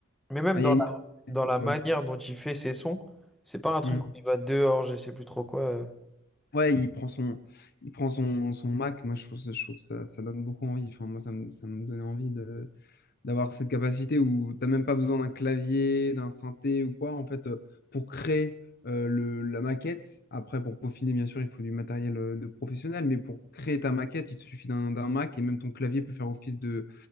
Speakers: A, in the centre; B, on the left.
A: Mais même
B: il
A: dans
B: y a une
A: la,
B: histoire
A: dans la
B: folle.
A: manière dont il fait ses sons, c'est pas un truc
B: Mm.
A: où il va dehors, je sais plus trop quoi. euh.
B: Ouais, il prend son, il prend son, son Mac. Moi, je trouve, ça- je trouve que ça, ça donne beaucoup envie. Enfin, moi, ça me, ça me donnait envie de d'avoir cette capacité où t'as même pas besoin d'un clavier, d'un synthé ou quoi, en fait, euh, pour créer euh, le, la maquette. Après, pour peaufiner, bien sûr, il faut du matériel euh, de professionnel, mais pour créer ta maquette, il te suffit d'un d'un Mac et même ton clavier peut faire office de,